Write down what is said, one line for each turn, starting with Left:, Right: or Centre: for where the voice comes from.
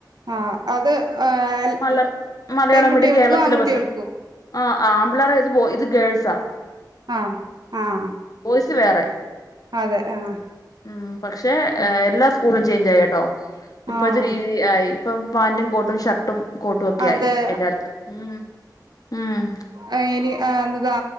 Right: ആഹ് അത് ഏഹ്
Left: മല മലയാളം
Right: പെൺകുട്ടികൾക്കും
Left: മീഡിയം കേരള സിലബസ്
Right: ആൺകുട്ടികൾക്കും.
Left: ആഹ് ആമ്പിള്ളേർ ഇത് ഇത് ഗേൾസാ.
Right: ആഹ് ആഹ്
Left: ബോയ്സ് വേറെ
Right: അതെ ആഹ്
Left: ഉം പക്ഷെ
Right: ഉം
Left: എല്ലാ സ് കൂളും ചേഞ്ച് ആയി കേട്ടോ ഇപ്പോഴത്തെ
Right: ആഹ്
Left: രീതി ആയി ഇപ്പ പാന്റും കോട്ടും ഷർട്ടും കോട്ടു ഒക്കെ
Right: അതെ
Left: ആയി എല്ലായിടത്തും ഉം ഉം
Right: ആയ് ഇനി ആ എന്തതാ